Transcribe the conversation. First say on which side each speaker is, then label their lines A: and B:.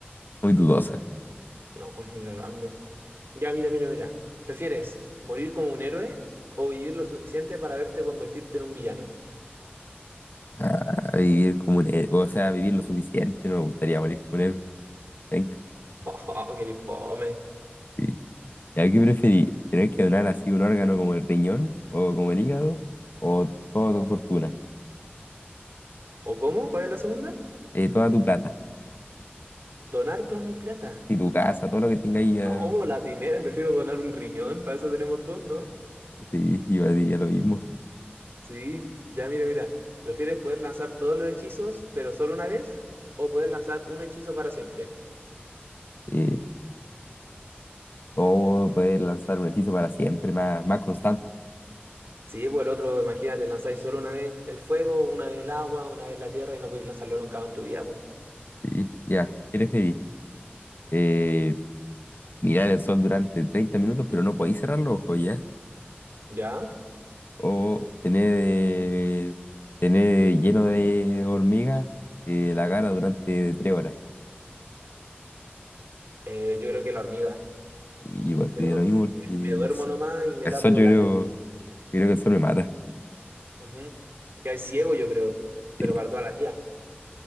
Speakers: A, on the left; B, on the right.
A: muy dudosa.
B: No, ni cagando. Ya, mira, mira, mira. ¿Prefieres morir como un héroe o vivir lo suficiente para verte convertirte en un villano?
A: Ah, vivir como un héroe, o sea, vivir lo suficiente, no me gustaría morir como un héroe. Venga.
B: <laughs> Oh, qué fome.
A: sí. ¿Y a qué preferí? ¿Tener que donar así un órgano como el riñón o como el hígado o toda tu fortuna?
B: ¿O cómo? ¿Cuál es la segunda?
A: Eh, toda tu plata,
B: Donar toda mi plata.
A: y tu casa, todo lo que tengas ahí, eh,
B: No, la primera, prefiero donar un riñón, para eso tenemos dos, ¿no?
A: sí, yo diría lo mismo.
B: Sí, ya, mira, mira. ¿Prefieres poder lanzar todos los hechizos, pero solo una vez? ¿O poder lanzar un hechizo para siempre?
A: Eh, o poder lanzar un hechizo para siempre, más, más constante.
B: Sí, pues el otro, imagínate, lanzáis solo una vez el fuego, una vez el agua, una vez la tierra y no podéis lanzarlo nunca más en tu vida, pues.
A: Sí, ya, ¿qué preferís? Eh, mirar el sol durante 30 minutos, pero no podéis cerrar los ojos, ¿ya?
B: ¿Ya?
A: O tener, eh, tener lleno de hormigas eh, la cara durante 3 horas.
B: Eh, yo creo que la hormiga.
A: Y igual que
B: Cierro-
A: lo mismo porque
B: Me,
A: el,
B: me duermo
A: s-
B: nomás y me
A: El
B: tapo
A: sol yo
B: la
A: creo,
B: nariz.
A: yo creo que el sol me mata.
B: Ujú. Que hay ciego, yo creo, pero
A: Sí.
B: para toda la vida.